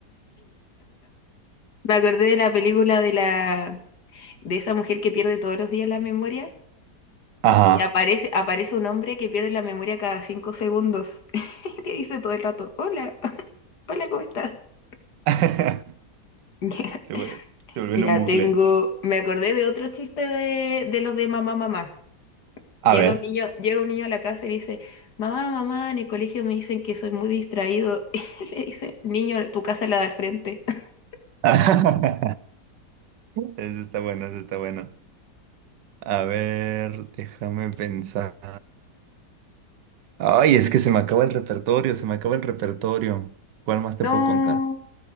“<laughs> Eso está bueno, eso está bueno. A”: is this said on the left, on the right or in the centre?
Right